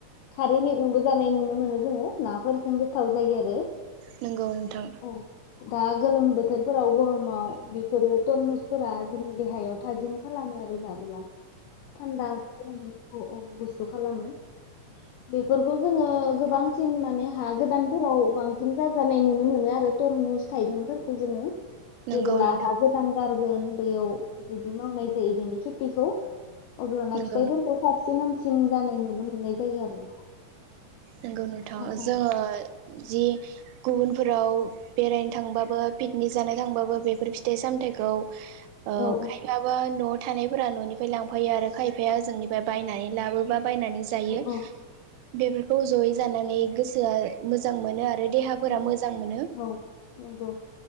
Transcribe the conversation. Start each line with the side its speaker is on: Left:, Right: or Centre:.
Left: खारै मैगंबो जानाय नुनो मोनो जोङो नाफोरजों गोथाव जायो आरो
Right: नंगौ नोंथां
Left: औ दा गोलोम बोथोरफोराव गरमाव बेफोरो तरमुसफोरा जोंनि देहायाव थाजिम खालामो आरो जाबोला थान्दा खालामो औ औ गुसु खालामो बेफोरखौ जोङो गोबांसिन माने हा गोदानफोराव बांसिन जाजानाय नुनो मोनो आरो तरमुस थाइबेंफोरखौ जोङो।
Right: नंगौ
Left: जेबोला
Right: नोंथां
Left: हा गोदान गार गोन बैयाव जुदि मावनाय जायो बेनि खेथिखौ अब्लाना
Right: नंगौ
Left: फिथाइफोरखौ साबसिन हाम सिम जानाय नुनो मोननाय जायो आरो।
Right: नंगौ नोंथां
Left: औ औ
Right: जोङो जि गुबुनफोराव बेरायनो थांबाबो पिकनिक जानो थांबाबो बेफोर फिथाइ-सामथाइखौ अ
Left: औ
Right: खायबाबा न' थानायफोरा न'निफाय लांफायो आरो खायफाया ओजोंनिफाय बायनानै लाबोबा बायनानै जायो।
Left: औ औ
Right: बेफोरखौ जयै जानानै गोसोआ मोजां मोनो आ रो देहाफोरा
Left: औ
Right: मोजां मोनो।
Left: औ नंगौ